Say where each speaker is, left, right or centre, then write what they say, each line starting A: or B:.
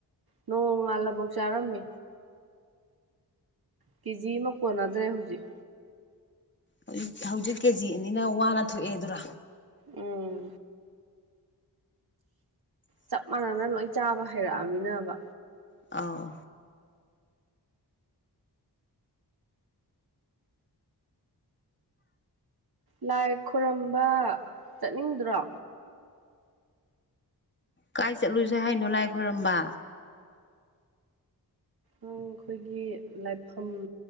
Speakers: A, on the right; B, on the left.
A: ꯅꯣꯡꯉꯥꯜꯂꯕꯣꯛ ꯆꯥꯔꯝꯃꯤ ꯀꯦꯖꯤ ꯑꯃ ꯀꯣꯟꯅꯗ꯭ꯔꯦ ꯍꯧꯖꯤꯛ
B: ꯍꯧꯖꯤꯛ ꯍꯧꯖꯤꯛ ꯀꯦꯖꯤ ꯑꯅꯤꯅ ꯋꯥꯅ ꯊꯣꯛꯑꯦ ꯑꯗꯨꯔꯥ
A: ꯎꯝ ꯆꯞ ꯃꯥꯟꯅꯅ ꯂꯣꯏꯟ ꯆꯥꯕ ꯍꯩꯔꯛꯑꯃꯤꯅꯕ
B: ꯑꯥꯎ
A: ꯂꯥꯏ ꯈꯣꯔꯝꯕ ꯆꯠꯅꯤꯡꯗ꯭ꯔꯣ
B: ꯀꯥꯏ ꯆꯠꯂꯨꯖꯦ ꯍꯥꯏꯅꯣ ꯂꯥꯏ ꯈꯣꯏꯔꯝꯕ
A: ꯎꯝ ꯑꯩꯈꯣꯏꯒꯤ ꯂꯥꯏꯐꯝ